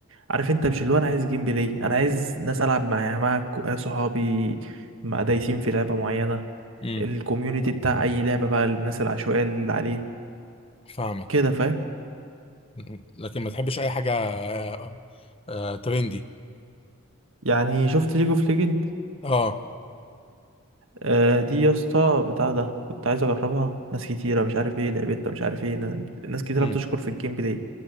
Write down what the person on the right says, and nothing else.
عارف انت مش اللي هو انا عايز جيم بلاي انا عايز ناس العب معايا مع كو- صحابي مع دايسين في لعبة معينة
الكوميونتي بتاع اي لعبة بقى الناس العشوائية اللي عليه
كده فاهم
يعني شفت ليج اوف ليجند
آه، دي يا اسطى بتاع ده كنت عايز اجربها ناس كتيره مش عارف ايه لعبتها مش عارف ايه ن- ناس كتيره
بتشكر في الجيم بلاي